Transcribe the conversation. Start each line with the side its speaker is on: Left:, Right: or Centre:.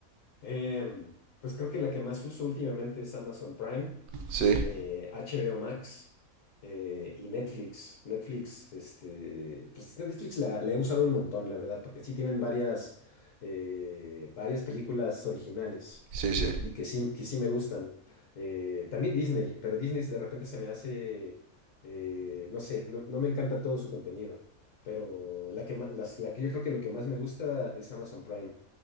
Left: Em, pues creo que la que más uso últimamente es Amazon Prime.
Right: Sí,
Left: eh, HBO Max eh, y Netflix. Netflix, este, pues Netflix la, la he usado un montón, la verdad, porque sí tienen varias, eh, varias películas originales
Right: sí, sí,
Left: y, y que sí, que sí me gustan. Eh, también Disney, pero Disney de repente se me hace, eh, no sé, no, no me encanta todo su contenido. Pero la que, ma- las, la que yo creo que lo que más me gusta es Amazon Prime.